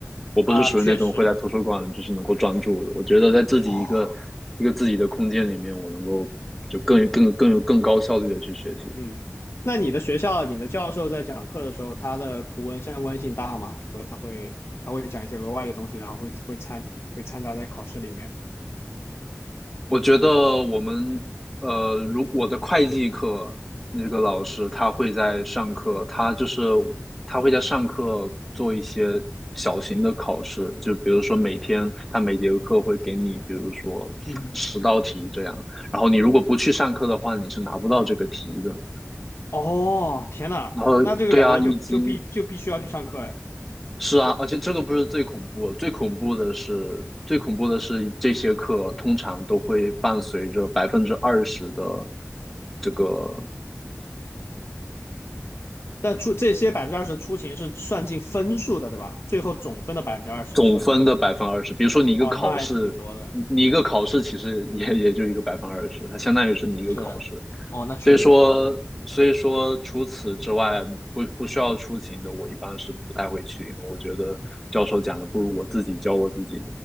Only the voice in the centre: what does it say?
我不是属于那种会在图书馆就是能够专注的。
我觉得在自己一个一个自己的空间里面，
我能够就更更更有更高效率的去学习。
我觉得我们呃，如我的会计课那个老师，他会在上课，他就是他会在上课做一些小型的考试，就比如说每天他每节课会给你，比如说十道题这样，
然后你如果不去上课的话，你是拿不到这个题的。
然后对啊，
以及是啊，而且这个不是最恐怖的最恐怖的是，最恐怖的是这些课通常都会伴随着百分之二十的这个
总分的百分之二十。比如说你一个考试，
你你一个考试其实也也就一个百分之二十，它相当于是你一个考试。
所以说，所以说除此之外，不不需要出勤的，我一般是不太会去，因为我觉得教授讲的不如我自己教我自己